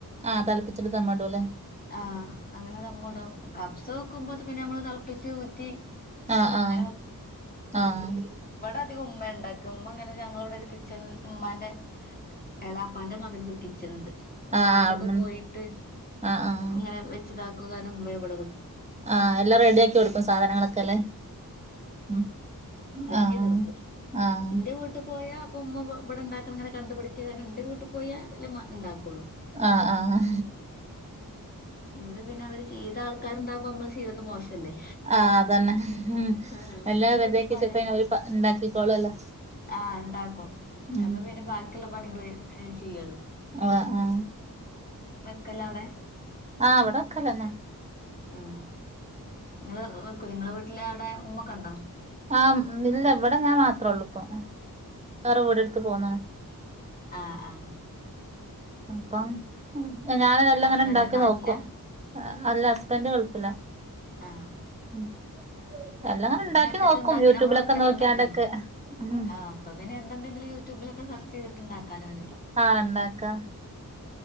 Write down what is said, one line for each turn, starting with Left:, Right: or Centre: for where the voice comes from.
Right: ആഹ് തല്പപ്പിച്ചൽ തമ്മടോല്ലെ
Left: ആ അങ്ങനെ ദമ്മടും കപ്സ വെക്കുമ്പോ പിന്നെ നമ്മള് ളപ്പിച്ച് ഊറ്റി
Right: ആ
Left: അങ്ങനെ
Right: ആ ആഹ്
Left: അധിക ഉമ്മ ഉണ്ടാക്കി ഉമ്മ ഇങ്ങനെ ഞങ്ങളവിടെ ഒരു കിച്ചണ മ്മാന്റെ എളാപ്പാന്റെ മകൻക്ക് ഒരു കിച്ചൺ ഉണ്ട് അപ്പൊ
Right: ആഹ്
Left: അവിടെൊക്കെ
Right: അവിടുന്ന്
Left: പോയിട്ട്
Right: ആഹ് ആഹ്
Left: ഇങ്ങനെ വെച്ചതാക്കുകാനമ്മ അവിടെ
Right: ആ എല്ലാം റെഡിയാക്കി കൊടുക്കും സാധനങ്ങളൊക്കെല്ലേ ഉം
Left: സെറ്റെയ്തെടുക്കുംന്റെ
Right: ആഹ് ആഹ്
Left: വീട്ട് പോയാ അപ്പൊ ഉമ്മ ഇവിടെ ഉണ്ടാക്ക ഇങ്ങനെ കണ്ടുപിടിക്കാനുണ്ട് വീട്ടിൽ പോയാ അല്ല ഉണ്ടാക്കും
Right: ആ ആ
Left: ഇവിടെ പിന്നെ അവര് ചെയ്ത ആൾക്കാരുണ്ടാകുമ്പോ നമ്മള് ചെയയ്തത് മോശം ല്ലേ
Right: ആഹ് അതന്നെ ഉം
Left: ആ അപ്പൊന്റെ
Right: എല്ലാം റെഡിയാക്കി
Left: വീട്ടിപോായാല
Right: വെച്ചിട്ട് ഓര് ഉണ്ടാക്കിക്കോളല്ലോ
Left: ആഹ ഉണ്ടാക്കും
Right: ഉം
Left: അപ്പൊ പിന്നെ ബാക്കിയുള്ള പണികൾ ചെയ്യുളു-
Right: ആഹ ആ
Left: ക്കലാണ്
Right: ആഹ് ഇവിടെൊക്കെ ഇതന്നെ.
Left: ഉ നിങ്ങള് കുലുങ്ങളെ <unintelligible> വീട്ടില് അവിടെ ഉമ്മൊക്കെ ഉണ്ടോ?
Right: ആഹ ഇല്ല എവിടെ ഞാൻ മാത്രേ ഉള്ളൂ ഇപ്പൊ വേറെ വീടെ എടുത്ത് പോുന്നാണ്.
Left: ആഹ ആഹ
Right: അപ്പം ഞാനെനെല്ലാം
Left: ഹസ്ബൻഡ്
Right: ഇങ്ങനെ ഇണ്ടാക്കി
Left: നാട്ടിലാ
Right: നോക്കും. അല്ല ഹസ്ബൻഡന്റ് ഗൾഫിലാ.
Left: ആഹ
Right: ഉം എല്ലാം ഇങ്ങനെ
Left: അപ്പൊ
Right: ഇണ്ടാക്കി
Left: പിന്നെ ഒറ്റക്ക
Right: നോക്കും
Left: ഇണ്ടക്ക
Right: യൂട്യൂബിലൊക്കെ
Left: നമ്മള് ഒറ്റകക്ക്
Right: നോക്കിയാണ്ടൊക്കെ
Left: ഇണ്ടാക്കല്ല
Right: ഉം
Left: ആ അപ്പ പിന്നെ എന്തുണ്ടെങ്കിലും. യൂട്യൂബിലൊക്കെ സെർച്ച് ചെയ്തിട്ടു ണ്ടാക്കാലോ അല്ലെ
Right: ആഹ് ഇണ്ടാക്കാ